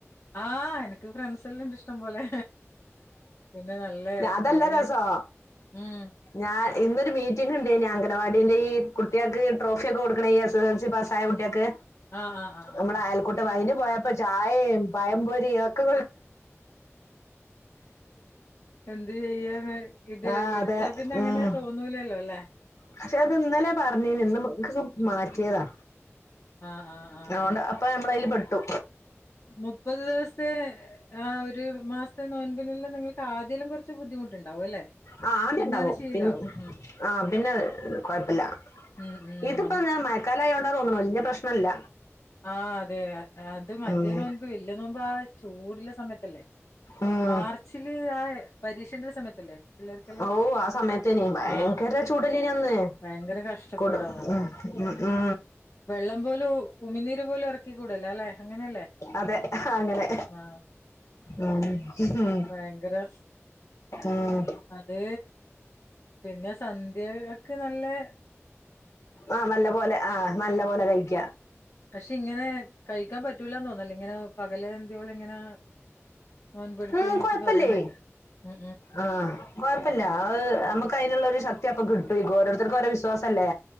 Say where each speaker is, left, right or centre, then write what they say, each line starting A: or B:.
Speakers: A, on the left (about 65°); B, on the left (about 85°).
A: ആ എനിക്ക് ഫ്രണ്ട്സ് എല്ലാംണ്ട് ഇഷ്ടം പോലെ പിന്നെ നല്ല
B: അതല്ല
A: അവര്
B: രസം
A: ഉം
B: ഞാൻ ഇന്നൊരു മീറ്റിംഗ് ഉണ്ടയിനി അംഗനവാടിന്റെ ഈ കുട്ടികൾക്ക് ട്രോഫി ഒക്കെ കൊടുക്കണം ഈ S S L C pass ആയ കുട്ടിആള് ക്ക്
A: ആ ആ ആ ആ
B: നമ്മളെ
A: ആ
B: അയൽക്കൂട്ടം അന് പോയപ്പോ ചായയും പയംപൊരി ഒക്കെ
A: എന്ത് ചെയ്യൻ ഇത്
B: ആ
A: എടുത്താ
B: അതെ
A: പിന്നെ അങ്ങനെ
B: ഉം
A: തോന്നൂലല്ലോ അല്ലേ
B: പക്ഷെ അത് ഇന്നലെ പറഞ്ഞേന്നു ഇന്നക്ക് മാറ്റിയതാ
A: ആ ആ ആ
B: അതൊണ്ട്
A: ആ.
B: അപ്പൊ നമ്മളയില് പെട്ടു
A: മുപ്പത് ദിവസത്തെ ആ ഒരു മാസത്തെ നോ മ്പ് <unintelligible> പിന്നെ നിങ്ങൾക്ക് ആദ്യല്ലാം കുറച്ച് ബുദ്ധിമുട്ടുണ്ടാവും അല്ലേ
B: ആ ആദ്യം
A: പിന്നെ
B: ഇണ്ടാവും
A: അത് ശീലാവും
B: പി
A: ഉം
B: ആ പിന്നെ കൊയപ്പല്ല
A: ഉം ഉം
B: ഇതിപ്പോ ഞാൻ മയക്കാല ആയോണ്ടാ തോന്നുണു വല്ല്യേ പ്രശ്നംല്ല
A: ആ അതെ ഇത് മറ്റേ
B: ഉം
A: നോല്മ്പ് വല്ല്യേ നോമ്പ് ആ ചൂട്ല്ലെ സമയത്തല്ലേ
B: ഉം
A: മാർച്ചില് ആ പരീക്ഷന്റെ സമയത്തല്ലേ പിള്ളേർക്കെല്ലാം?
B: ഓ ആ സമയത്തേനു ഭയങ്കര
A: ആ
B: ചൂടല്ലേനു അന്ന്
A: ഭയങ്കര കഷ്ടപ്പാടാണ്
B: കൊടും
A: അപ്പം.
B: ഉം ഉം
A: വെള്ളം പോലും ഉമിനീര് പോലും എറക്കി കൂടല്ലോ ലെ അങ്ങനെയല്ലേ
B: അതെ അങ്ങനെ
A: ആ
B: ഉം ഉം
A: ഭയങ്കരം
B: ഉം
A: അത് പിന്നെ സന്ധ്യക്ക് നല്ലെ
B: ആ നല്ല പോലെ ആ നല്ല പോലെ കഴിക്ക.
A: പക്ഷെ ഇങ്ങനെ കഴിക്കാൻ പറ്റൂല്ലാന്ന് തോന്നലില്ലേ ഇങ്ങനെ പകലന്തിയോളം ഇങ്ങനെ നോമ്പെട്ത്
B: ഉം
A: കഴിഞ്ഞിട്ട്
B: കൊഴപ്പല്ലേ
A: പറയുന്നേക്ക മ്
B: ആ കൊയപ്പില്ല അത് നമ്മക്ക് അയ്നുള്ളൊരു ശക്തിഅപ്പം കിട്ടും <unintelligible> ഓരോരുത്തർക്ക് ഓരോ വിശ്വാസല്ലേ